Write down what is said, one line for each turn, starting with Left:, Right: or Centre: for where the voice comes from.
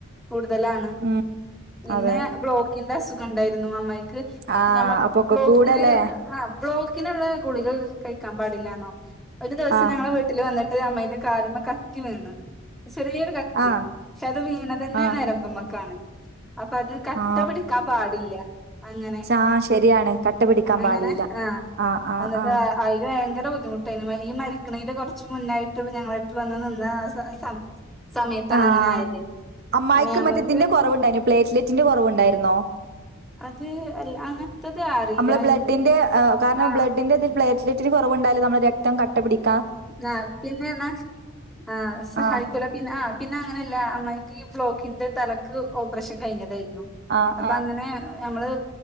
Centre: കൂടുതലാണ്
Right: ഉം
Centre: പിന്നെ
Right: അതെ
Centre: ബ്ലോ ക്കിന്റെ അസുഖം ണ്ടായിരുന്നു അമ്മായിക്ക്
Right: ആ
Centre: നമ്മക്ക്
Right: അപ്പൊക്കെ
Centre: ബ്ലോക്കിന്
Right: കൂടെല്ലേ
Centre: ആ ബ്ലോ ക്കിന് നമ്മള് ഗുളിക കഴിക്കാ പാടില്ലാന്നോ ഒര് ദിവസം
Right: ആ
Centre: ഞങ്ങള വീട്ടില്‌ വന്നിട്ട് അമ്മായിന്റെ കാല്മ്മ കത്തി വീണ് ചെറിയൊര് കത്തി
Right: ആ
Centre: പക്ഷെ അത് വീണ തന്നെ
Right: ആ
Centre: നരമ്പ്മക്കാണ് അപ്പ അത് കട്ടപിടിക്കാൻ
Right: ആ
Centre: പാടില്ല അങ്ങനെ
Right: ആ ശരിയാണ് കട്ട പിടിക്കാൻ
Centre: അങ്ങനെ
Right: പാടില്ല
Centre: ആ
Right: ആഹ് ആഹ്
Centre: ന്നിട്ട്
Right: ആഹ്
Centre: അയില്‌ ഭയങ്കര ബുദ്ധിമുട്ടേന്നു ഈ മരിക്ക്ണേന്റെ കുറച്ച് മുന്നായിട്ട് ഞങ്ങള അടുത്ത് വന്ന് നിന്ന ആ സ സമയത്താണ്
Right: ആഹ്
Centre: അങ്ങനെ ആയത്
Right: അമ്മായിക്ക്
Centre: അങ്ങനെ നമ്മക്ക്
Right: മറ്റേതിന്റെ കൊറവ് ണ്ടായി നോ പ്ലേറ്റ്ലെറ്റിന്റെ കുറ വ്ണ്ടായിരുന്നോ
Centre: അത് അല്ല അങ്ങനത്തത് അറിയില്ല
Right: നമ്മള് ബ്ലഡിന്റെ
Centre: എനിക്ക്
Right: കാരണം
Centre: ആ
Right: ബ്ലഡിന്റെ ഇതിൽ പ്ലേറ്റ്ലെറ്റ് ഇത്തിരി കുറവുണ്ടായാല് നമ്മളെ രക്തം കട്ടപിടിക്കാം
Centre: ആ പിന്നെ ഞ്ഞാ ആ സഹായി
Right: ആഹ്
Centre: കൊല പിന്ന ആ പിന്നെ അങ്ങനെയല്ല അമ്മായിക്ക് ഈ ബ്ലോക്കിന്റെ തലക്ക് ഓപ്പറേ ഷം കഴിഞ്ഞതായിരുന്നു
Right: ആഹ്
Centre: അപ്പം
Right: ആഹ്
Centre: അങ്ങനെ ഞമ്മള്